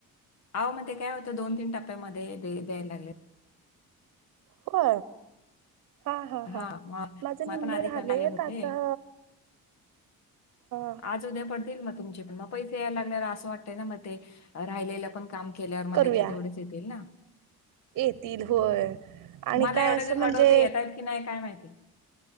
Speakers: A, on the left; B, on the right.
A: अव मध्ये ते काय होतं दोन तीन टप्प्यामध्ये द्यायला लागले
B: हो हा हा
A: हां.
B: हा
A: मग
B: माझ निम्म
A: मला पण आधी
B: झाले
A: कंटाळे आले होते.
B: आता हा
A: आज उद्या पडतील मग तुमचे पण मग पैसे यायला लागल्याला असं वाटतय ना मग ते राहिल्या पण काम केल्यावर मग
B: करूया
A: त्याच्या तेवढेच येतील ना
B: येतील होय आणि
A: मला
B: काय
A: एवढे
B: असं
A: दिवस
B: म्हणजे
A: वाटत होतं येत आहेत की काय माहिती